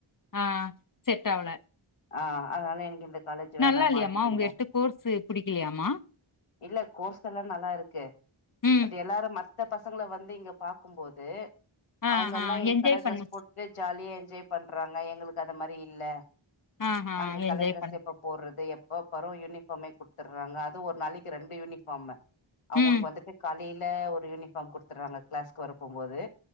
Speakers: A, on the left; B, on the left.
A: ஆ செட் ஆவல
B: ஆ அதனால எனக்கு இந்த காலேஜ்
A: நல்லா
B: வேணா
A: இல்லையாமா
B: மாத்திடுங்க
A: அவுங்க எடுத்து கோர்ஸு புடிக்கலையாமா
B: இல்ல கோர்ஸ் எல்லா நல்லா இருக்கு
A: ம்
B: பட் எல்லாரும் மத் த பசங்கள வந்து இங்க பாக்கும்போது
A: ஆ
B: அவுங்க
A: ஹா
B: எல்லா
A: என்ஜாய்
B: கலர்
A: பண்ணு
B: ட்ரெஸ் போட்டு ஜாலியா என்ஜாய் பண்றாங்க எங்களுக்கு அத மாரி இல்ல
A: ஆ ஹா
B: நாங்க
A: என்ஜாய்
B: கலர் ட்ரெஸ்
A: பண்ணு
B: எப்ப போட்றது எப்ப பற யூனிஃபார்மே குடுத்துட்றாங்க அது ஒரு நாளைக்கு ரெண்டு யூனிஃபார்மு அவங்ளுக்கு
A: ம்
B: வந்துட்டு காலைல ஒரு யூனிஃபார்ம் குடுத்துடுறாங்க க்ளாஸ்க்கு வரப்போம் போது